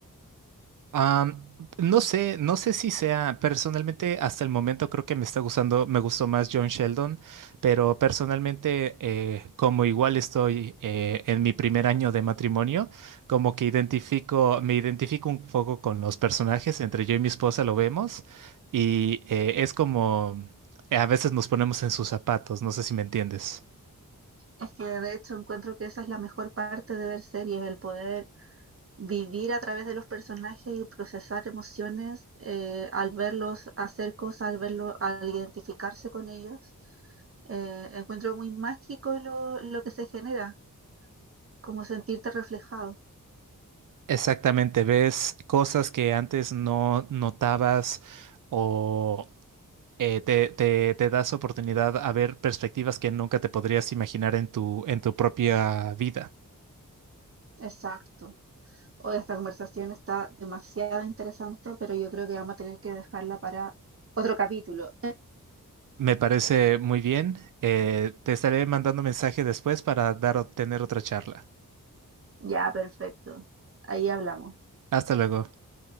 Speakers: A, on the right; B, on the right.
A: Am, no sé, no sé si sea, personalmente hasta el momento creo que me está gustando, me gustó más John Sheldon, pero personalmente eh, como igual estoy eh, en mi primer año de matrimonio, como que identifico, me identifico un poco con los personajes, entre yo y mi esposa lo vemos y eh, es como, eh, a veces nos ponemos en sus zapatos, no sé si me entiendes.
B: Es que de hecho encuentro que esa es la mejor parte de ver series, el poder vivir a través de los personajes y procesar emociones eh, al verlos hacer cosas, al verlo, al identificarse con ellos. Eh, encuentro muy mágico lo, lo que se genera, como sentirte reflejado.
A: Exactamente, ves cosas que antes no notabas o, eh, te, te, te das oportunidad a ver perspectivas que nunca te podrías imaginar en tu, en tu propia vida.
B: Exacto. Hoy esta conversación está demasiado interesante, pero yo creo que vamos a tener que dejarla para otro capítulo.
A: Me parece muy bien. Eh, te estaré mandando mensaje después para dar, tener otra charla.
B: Ya, perfecto. Ahí hablamos.
A: Hasta luego.